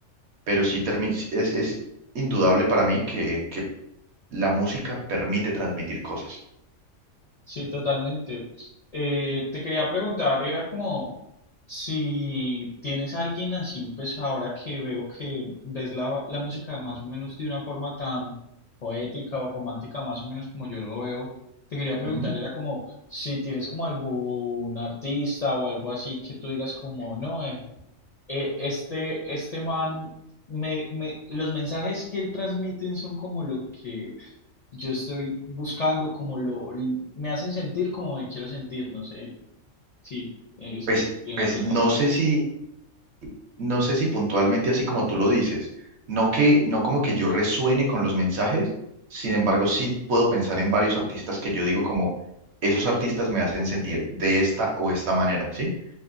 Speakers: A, on the right; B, on the left.
A: pero sí termi- sí es, es indudable para mí que, que la música permite transmitir cosas.
B: sí, totalmente. Eh, te quería preguntar, era como si tienes a alguien así, pues ahora que veo que ves la, la música más o menos de una forma tan poética o romántica, más o menos como yo lo veo, te quería preguntar,
A: Ujú.
B: era como si tienes como algún artista o algo así que tú digas como, no, eh, este, este man, me, me, los mensajes que él transmiten son como lo que yo estoy buscando, como lo, me hacen sentir como me quiero sentir, no sé si eh, expliqué
A: Pues,
B: bien
A: pues
B: la pregunta.
A: no sé si no sé si puntualmente así como tú lo dices, no que, no como que yo resuene con los mensajes, sin embargo sí puedo pensar en varios artistas que yo digo como, esos artistas me hacen sentir de esta o esta manera, ¿sí?